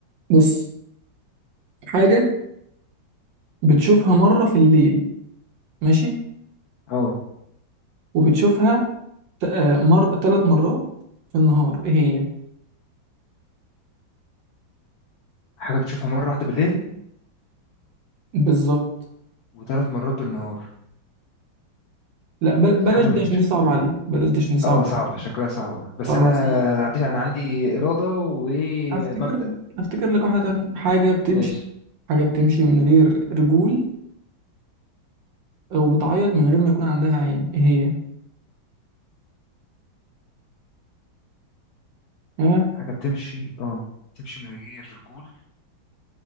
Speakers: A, on the right; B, on the left.
A: بص حاجة بتشوفها مرة في الليل ماشي
B: اه
A: وبتشوفها ت- آه، مر ثلاث مرات في النهار ايه هي
B: حاجه بتشوفها مره واحده بالليل
A: بالظبط
B: وثلاث مرات بالنهار
A: لا بل... بلاش
B: حاجه
A: دي
B: بتشوفها
A: عشان دي صعبة عليك بلاش دي عشان دي صعبة
B: اه صعبه
A: عليك
B: شكلها صعبه بس
A: خلاص
B: انا
A: انا
B: عندي انا عندي اراده ومبدأ
A: هفتكر هفتكر لك واحدة تانية حاجة بتمشي
B: ماشي
A: حاجة بتمشي من غير رجول وبتعيط من غير ما يكون عندها عين ايه هي ها
B: حاجة بتمشي اه بتمشي من غير رجول